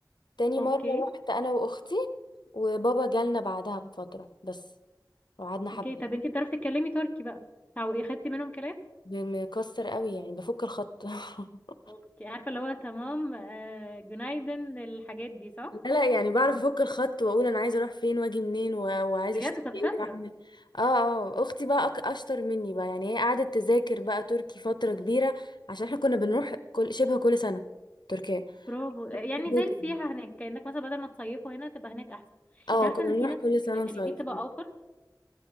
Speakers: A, on the left; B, on the left.
A: تاني
B: اوكي
A: مره رحت انا واختي وبابا جالنا بعدها بفتره بس وقعدنا حبه
B: اوكي طب انت بتعرفي تتكلمي تركي بقى او ايه خدتي منهم كلام
A: مكسر قوي يعني بفك الخط <laughs>
B: اوكي عارفه اللي هو تمام آه جنايدن الحاجات دي صح
A: لا لا يعني بعرف افك الخط واقول انا عايزه اروح فين واجي منين و... وعايزه
B: بجد
A: اشتري
B: طب
A: ايه
B: شاطره
A: واعمل إيه. اه اه اختي بقى أك... اشطر مني بقى يعني هي قعدت تذاكر بقى تركي فتره كبيره عشان احنا كنا بنروح كل شبه كل سنه تركيا
B: برافو يعني
A: بتذاكر
B: زي السياحة هناك كأنك مثلا بدل ما تصيفوا هنا تبقى هناك أحسن
A: اه
B: انت عارفة
A: كنا
B: ان
A: بنروح
B: في ناس
A: كل سنه نصيف
B: ان دي بتبقى اوفر